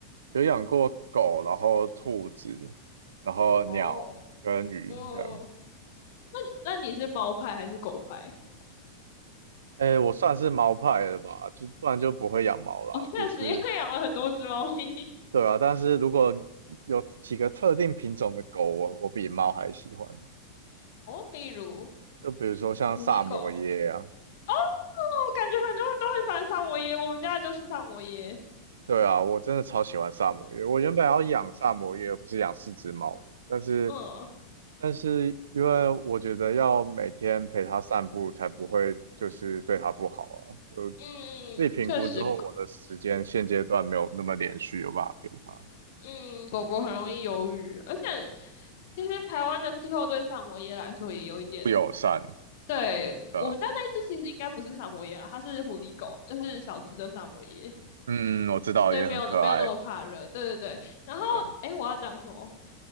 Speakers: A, on the right; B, on the left.
A: 有养过狗，然后兔子，然后鸟跟鱼这样。
B: 哦，哦，那那你是猫派还是狗派？<laughs>
A: 哎，我算是猫派的吧，就不然就不会养猫啦，
B: 哦，确实，
A: 就是。
B: 因为养了很多只猫咪。
A: 对啊，但是如果有几个特定品种的狗，我我比猫还喜欢呢
B: 哦，例如
A: 就比如说像萨摩耶啊，
B: 狐狸狗。哦，感觉很多人都会喜欢萨摩耶，我们家的就是萨摩耶。
A: 对啊，我真的超喜欢萨摩耶。我原本要养萨摩耶，而不是养四只猫的，但是
B: 嗯，
A: 但是因为我觉得要每天陪它散步，才不会就是对它不好啊。就
B: 嗯，
A: 我自己评估之后，
B: 确实，
A: 我的时间现阶段没有那么连续，有办法陪它，
B: 嗯，狗狗很容易忧郁，而且其实台湾的气候对萨摩耶来说也有一点。
A: 不友善，
B: 对，
A: 对啊，
B: 我们家那一只其实应该不是萨摩耶啊，它是狐狸狗，就是小只的萨摩耶，
A: 嗯，我知道，
B: 所以没有没有那么怕热。
A: 也很可爱，
B: 对对对，然后诶，
A: 对。
B: 我要讲什么？